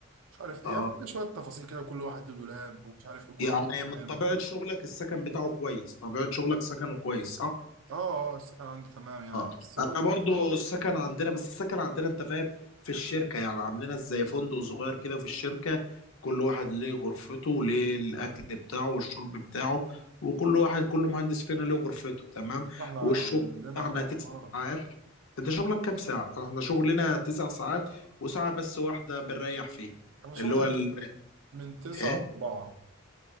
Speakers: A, on the right; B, on the left.
A: مش عارف
B: اه
A: ايه يعني شويه تفاصيل كده وكل واحد له دولاب ومش عارف ايه كل
B: يعني
A: واحد
B: من
A: تمام
B: طبيعة شغلك السكن بتاعه كويس طبيعة شغلك سكنه كويس صح
A: اه اه السكن عندي تمام يعني
B: اه
A: بس هو
B: انا برضو السكن عندنا بس السكن عندنا انت فاهم في الشركه يعني عاملينها زي فندق صغير كده في الشركه كل واحد ليه غرفته وليه الاكل بتاعه والشرب بتاعه وكل واحد كل مهندس فينا ليه غرفته تمام
A: احنا
B: والشغل
A: عندنا
B: بتاعنا
A: اه
B: تسع
A: عمارة
B: ساعات انت شغلك كام ساعه احنا شغلنا تسع ساعات وساعه بس واحده بنريح فيها
A: انا شغلي
B: اللي هو
A: من
B: ال...
A: من تسعة
B: ايه
A: لأربعة